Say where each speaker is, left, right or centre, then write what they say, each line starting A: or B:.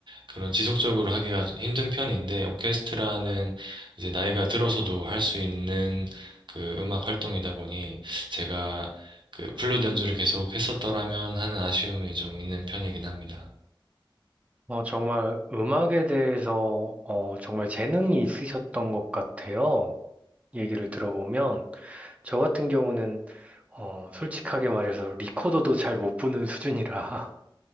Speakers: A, on the right; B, on the right.
A: 그런 지속적으로 하기가 힘든 편인데 오케스트라는 이제 나이가 들어서도 할 수 있는 그 음악 활동이다 보니 제가 그 플룻 연주를 계속 했었더라면 하는 아쉬움이 좀 있는 편이긴 합니다.
B: 어, 정말 음악에 대해서 어, 정말 재능이 있으셨던 것 같아요. 얘기를 들어보면 저 같은 경우는 어, 솔직하게 말해서 리코더도 잘 못 부는 수준이라